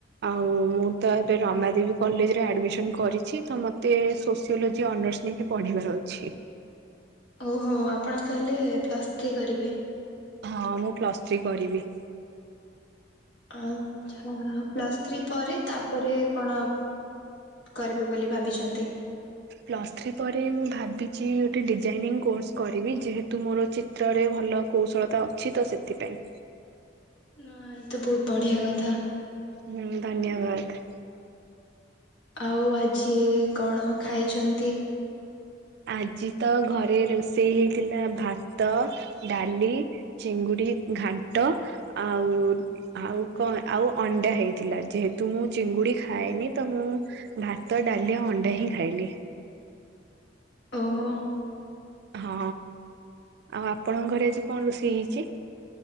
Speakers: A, on the right; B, on the left.
A: ଆଉ ମୁଁ ତ ଏବେ ରମା ଦେବୀ କଲେଜରେ ଆଡମିସନ କରିଛି ତ ମତେ ସୋସିଓଲୋଜି ଅନର୍ସ ନେଇକି ପଢିବାର ଅଛି।
B: ଓହୋ ଆପଣ ତାହେଲେ ପ୍ଲସ୍ ଥ୍ରୀ କରିବେ।
A: ହଁ, ମୁଁ ପ୍ଲସ୍ ଥ୍ରୀ କରିବି।
B: ଆଛା ପ୍ଲସ୍ ଥ୍ରୀ ପରେ ତାପରେ କଣ କରିବେ ବୋଲି ଭାବିଚନ୍ତି?
A: ପ୍ଲସ୍ ଥ୍ରୀ ପରେ ମୁଁ ଭାବିଚି ଗୋଟେ ଡିଜାଇନିଂ କୋର୍ସ କରିବି। ଯେହେତୁ ମୋର ଚି ତ୍ରରେ ଭଲ କୌଶଳତା ଅଛି ତ ସେଥିପାଇଁ।
B: ନା ଏଇତ ବୋହୁତ ବଢିଆ କଥା।
A: ହୁଁ ଧନ୍ୟବାଦ।
B: ଆଉ ଆଜି କଣ ଖାଇଚନ୍ତି?
A: ଆଜି ତ ଘରେ ରୋଷେଇ ହେଇଥିଲା ଭାତ, ଡାଲି ଚିଙ୍ଗୁଡି ଘାଣ୍ଟ ଆଉ ଆଉ କଣ ଆଉ ଅଣ୍ଡା ହେଇଥିଲା। ଯେହେତୁ ମୁଁ ଚିଙ୍ଗୁଡି ଖାଏନି ତ ମୁଁ ଭାତ, ଡାଲି, ଅଣ୍ଡା ହିଁ ଖାଇଲି।
B: ଓହୋ
A: ହଁ ଆଉ ଆପଣଙ୍କ ଘରେ ଆଜି କଣ ରୋଷେଇ ହେଇଛଚ?